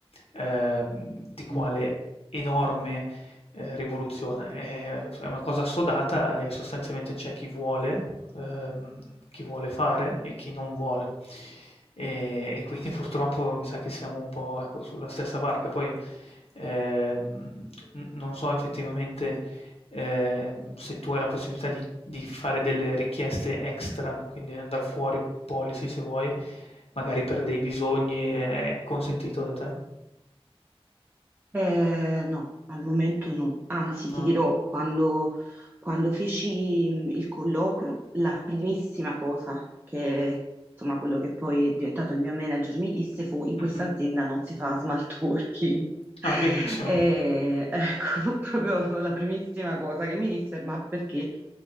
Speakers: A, on the left; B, on the right.
A: ehm, di quale
B: Ok.
A: enorme eh, rivoluzione. È, è una cosa assodata e sostanzialmente c'è chi vuole, ehm, chi vuole fare e chi non vuole. E, e quindi <laughs> purtroppo mi sa che siamo un po' ecco, sulla stessa barca. Poi ehm, n- non so effettivamente ehm, se tu hai la possibilità di, di fare delle richieste extra, quindi andare fuori policy se vuoi, magari per dei bisogni è consentito da te?
B: Eh, no, al momento no. Anzi,
A: No?
B: ti dirò, quando, quando feci mh, il colloquio, la primissima cosa che, insomma, quello che poi è diventato il mio manager mi disse fu: in questa
A: Mhm.
B: azienda non si fa smart working. <laughs>
A: Ah, benissimo,
B: E, ecco, fu proprio la primissima cosa che mi disse, ma perché